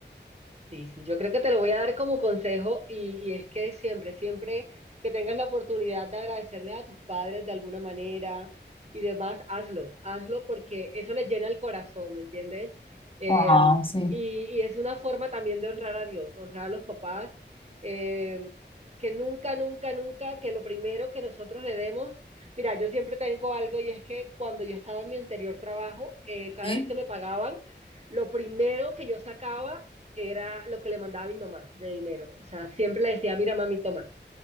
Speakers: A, on the right; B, on the left.
A: Sí, sí, yo creo que te lo voy a dar como consejo y, y es que siempre, siempre que tengas la oportunidad de agradecerles a tus padres de alguna manera y demás, hazlo, hazlo porque eso les llena el corazón, ¿me entiendes? Eh,
B: Ah, sí.
A: y, y es una forma también de honrar a Dios, honrar a los papás, eh, que nunca, nunca, nunca, que lo primero que nosotros le demos, mira, yo siempre tengo algo y es que cuando yo estaba en mi anterior trabajo, eh, cada
B: Sí,
A: vez que me pagaban, lo primero que yo sacaba, era lo que le mandaba a mi mamá de dinero. O sea, siempre le decía, mira mami, toma,